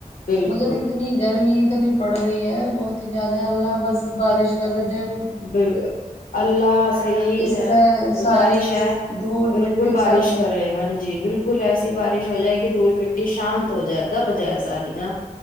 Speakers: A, on the left; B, on the left.
A: بالکل
B: مگر اتنی گرمینی نی پڑ رہی ہے بہت ہی زیادہ ہلہ بس بارش کر رہے تھے
A: بال اللہ سے یہی
B: اس سے
A: گزارش
B: ساری
A: ہے
B: دھول
A: بالکل
B: مٹی
A: بارش
B: سب
A: کرے ہاں جی بالکل ایسی بارش ہو جائے کہ دھول مٹی شانت ہو جائے دب جائے ساری نا